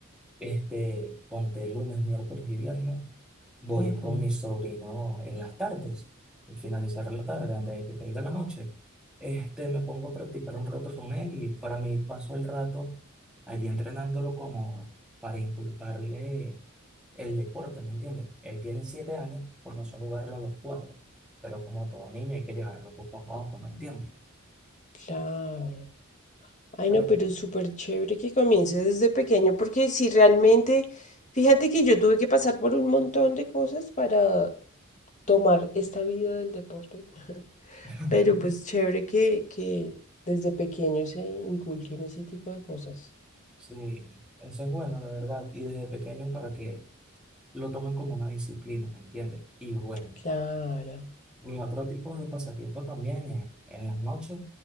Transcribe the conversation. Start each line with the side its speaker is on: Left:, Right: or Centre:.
Centre: Este, ponte lunes, miércoles y viernes. Voy
Left: Ujú,
Centre: con mi sobrino en las tardes, al finalizar la tarde, antes de que caiga la noche. Este, me pongo a practicar un rato con él y para mí paso el rato allí entrenándolo como para inculcarle el deporte, ¿me entiendes? Él tiene siete años, comenzó a jugarlo a los cuatro, pero como todo niño hay que llevarlo poco a poco, ¿me entiendes?
Left: claro. Ay,
Centre: Pero-
Left: no, pero es súper chévere que comience desde pequeño porque si realmente, fíjate que yo tuve que pasar por un montón de cosas para tomar esta vida del deporte. <laughs>
Centre: <laughs>
Left: Pero pues chévere que, que desde pequeño se inculquen ese tipo de cosas.
Centre: Sí, eso es bueno, la verdad. Y desde pequeño para que lo toman como una disciplina, ¿me entiendes? Y bueno,
Left: Claro.
Centre: mi otro tipo de pasatiempo también es en las noches.